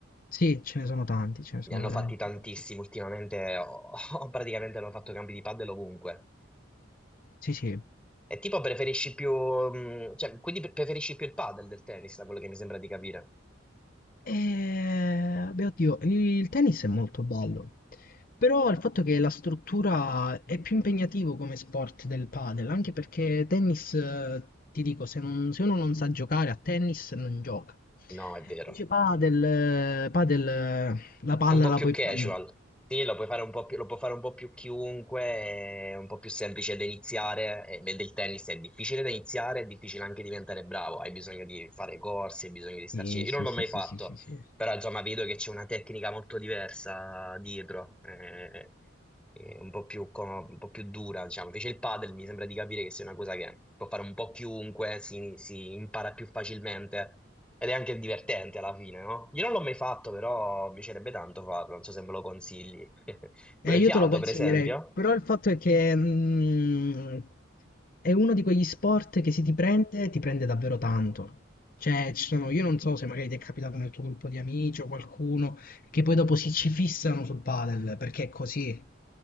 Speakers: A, on the left (about 45°); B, in the centre.
A: Sì, ce ne sono tanti, ce ne
B: Ne
A: sono
B: hanno
A: veramente
B: fatti tantissimi
A: tanti.
B: ultimamente, ho, ho praticamente hanno fatto campi di padel ovunque.
A: Sì, sì.
B: E tipo preferisci più, mh, cioè, quindi pre- preferisci più il padel del tennis, da quello che mi sembra di capire.
A: Eh, beh, oddio, il tennis è molto bello, però il fatto che la struttura è più impegnativo come sport del padel, anche perché tennis, eh, ti dico, se, non- se uno non sa giocare a tennis non gioca.
B: No, è vero.
A: Dice padel, eh, padel, eh, la palla
B: È un po'
A: la
B: più
A: puoi
B: casual.
A: prendere.
B: Sì, lo puoi fare un po' più, lo può fare un po' più chiunque, è un po' più semplice da iniziare. E beh, del tennis è difficile da iniziare, è difficile anche diventare bravo. Hai bisogno di fare corsi, hai bisogno di starci.
A: Sì,
B: Io
A: sì,
B: non l'ho
A: sì,
B: mai
A: sì,
B: fatto,
A: sì, sì, sì.
B: però insomma vedo che c'è una tecnica molto diversa dietro, eh, eh, un po' più, co- un po' più dura, diciamo. Invece il padel mi sembra di capire che sia una cosa che può fare un po' chiunque, si si impara più facilmente. Ed è anche divertente alla fine, no? Io non l'ho mai fatto, però mi piacerebbe tanto farlo, non so se me lo consigli. <laughs> Tu
A: Eh,
B: l'hai
A: io
B: fiato,
A: te lo consiglierei,
B: per esempio?
A: però il fatto è che mm, è uno di quegli sport che se ti prende, ti prende davvero tanto. Cioè, ci sono, io non so se magari ti è capitato nel tuo gruppo di amici o qualcuno che poi dopo si ci fissano sul padel, perché è così.